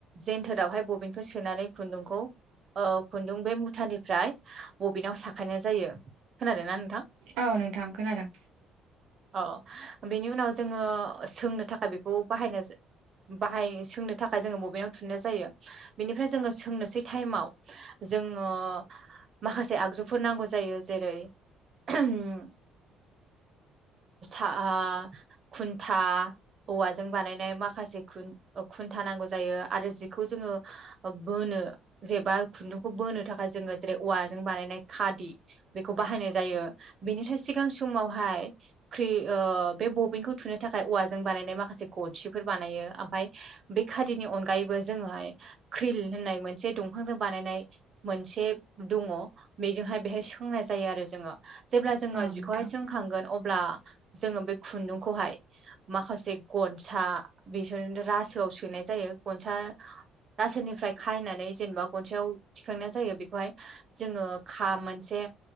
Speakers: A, on the right (about 45°); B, on the right (about 75°).
A: जेन्थोरावहाय बबिनखौ सोनानै खुन्दुंखौ ओ खुन्दुं बे मुथानिफ्राय बबिनाव साखानाय जायो खोनादों ना नोंथां
B: औ नोंथां खोनादों
A: औ बेनि उनाव जोङो सोंनो थाखाय बेखौ बाहायनाय बाहाय सोंनो थाखाय जोङो बबिनाव थुननाय जायो बेनिफ्राय जोङो सोंनोसै टाइमाव जोङो माखासे आगजुफोर नांगौ जायो जेरै <unintelligible> उम आ खुन्था औवाजों बानायनाय माखासे खुन ओ खुन्था नांगौ जायो आरो जिखौ जोङो बोनो जेबा खुन्दुंखौ बोनो थाखाय जोङो जेरै औवाजों बानायनाय खादि बेखौ बाहायनाय जायो बेनिथाय सिगां समावहाय ख्रि ओ बे बबिनखौ थुनो थाखाय औवाजों बानायनाय माखासे गनसिफोर बानायो आमफाय बे खादिनि अनगायैबो जोङोहाय क्रिल होननाय मोन से दंफांजों बानायनाय मोनसे दङ बेजोंहाय बेहाय सोंनाय जायो आरो जोङो जेब्ला जोङो
B: औ
A: जिखौहाय
B: नोंथां
A: सोंखांगोन अब्ला जोङो बे खुन्दुंखौहाय माखासे गनसा बिसोन रासोआव सोनाय जायो गनसा रासोनिफ्राय खायनानै जेनेबा गनसायाव थिखांनाय जायो बेखौहाय जोङो खा मोनसे